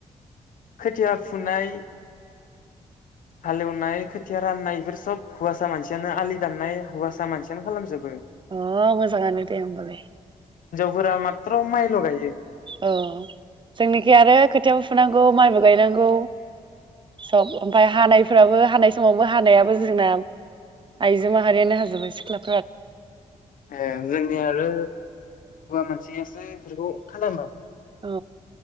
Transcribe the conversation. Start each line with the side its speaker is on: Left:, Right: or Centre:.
Left: खोथिया फुनाय हालेवनाय खोथिया राननाय इफोर सब हुवासा मानसियानो आलि दाननाय हुवासा मानसियानो खालामजोब
Right: अ मोजांआनो दे होमबालाय।
Left: फोरा मात्र' माइल' गायो।
Right: औ जोंनिखि आरो खोथियाबो फुनांगौ माइबो गायनांगौ। सब ओमफाय हानायफोराबो हानाय समावबो हानायाबो जोंना आइजो माहारियानो हाजोबो सिख्ला
Left: ए जोंनि आरो हुवा मानसियासो फोरखौ खालामो।
Right: औ